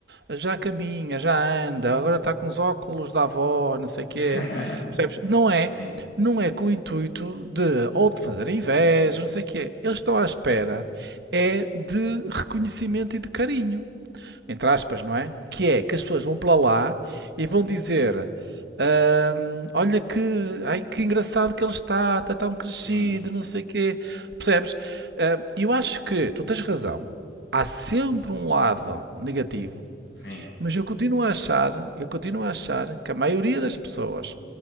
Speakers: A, on the right; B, on the left.
A: já caminha, já anda, agora está com os óculos da avó, não sei o quê.
B: <laughs>
A: Percebes? Não é,
B: Sim,
A: não é com o intuito de ou de fazer inveja, não sei o quê. Eles estão à espera é de reconhecimento e de carinho entre aspas, não é? Que é que as pessoas vão para lá e vão dizer: "Ahm, Olha que, ai, que engraçado que ele está, está tão crescido,
B: sim,
A: não sei o quê. Percebes? Ah, eu acho que tu tens razão. Há sempre um lado negativo,
B: sim,
A: mas eu continuo a achar, eu continuo a achar que a maioria das pessoas